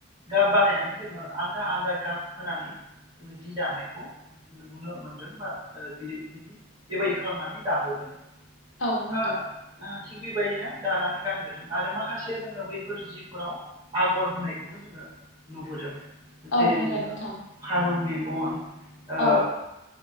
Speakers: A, on the right; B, on the left.
A: गाब बानायनानै जोङो आलदा आलदा गाब होनानै जोङो जि दानायखौ जोङो नुनो मोनदों बा ओ बि बिदि बेबायदि खालामनानै दाबोदों।
B: औ नंगौ
A: ओ थिग बेबायदिनो दानानै गानबोदों। आरो माखासे जोङो बै जिफोराव आगर होनायखौबो जोङो नुबोदों।
B: औ
A: जेरै
B: नंगौ
A: जोङो
B: नोंथां
A: फारौ मे गन ओ
B: औ